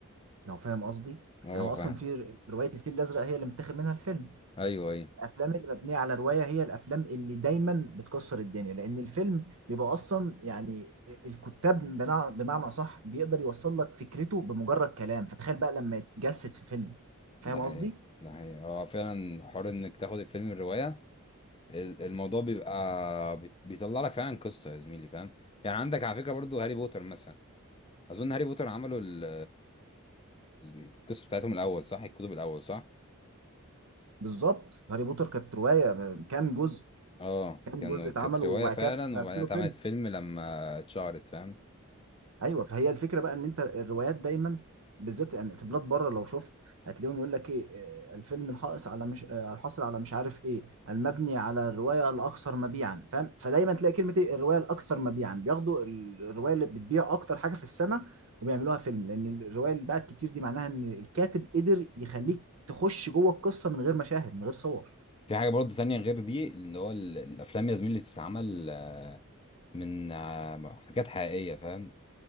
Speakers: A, on the right (about 75°); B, on the left (about 25°).
A: لو فاهم قصدي
B: اه
A: يعني هو
B: فاهم
A: اصلا في ر- روايه الفيل الازرق هي اللي متاخد منها الفيلم
B: ايوه ايوه
A: الافلام اللي مبنيه على روايه هي الافلام اللي دايما بتكسر الدنيا لان الفيلم بيبقى اصلا يعني الكتاب بمع- بمعنى اصح بيقدر يوصل لك فكرته بمجرد كلام فتخيل بقى لما يتجسد في فيلم فاهم
B: ده
A: قصدي
B: حقيقة ده حقيقة هو فعلا حوار انك تاخد الفيلم الرواية ال- الموضوع بيبقى بت- بيطلع لك فعلا قصة يا زميلي فاهم يعني عندك على فكرة برضو هاري بوتر مثلا اظن هاري بوتر عملوا ال- ال- القصة بتاعتهم الاول صح الكتب الاول صح
A: بالظبط هاري بوتر كانت روايه كام جزء
B: اه
A: كام
B: كانوا
A: جزء اتعمل
B: كانت
A: وبعد
B: رواية فعلا
A: كده مثلوا
B: وبعدين اتعملت
A: فيلم
B: فيلم لما اتشهرت فاهم
A: ايوه فهي الفكره بقى ان انت الروايات دايما بالذات يعني في بلاد بره لو شفت هتلاقيهم يقول لك ايه آه، الفيلم الحائص على مش آه، الحاصل على مش عارف ايه المبني على الروايه الاكثر مبيعا فاهم فدايما تلاقي كلمه ايه الروايه الاكثر مبيعا بياخدوا ال- الروايه اللي بتبيع اكتر حاجه في السنه وبيعملوها فيلم لان الروايه اللي باعت كتير دي معناها ان الكاتب قدر يخليك تخش جوه القصه من غير مشاهد من غير صور
B: في حاجة برضو تانية غير دي اللي هو ال- الافلام يا زميلي اللي بتتعمل آه، من آه، حاجات حقيقية فاهم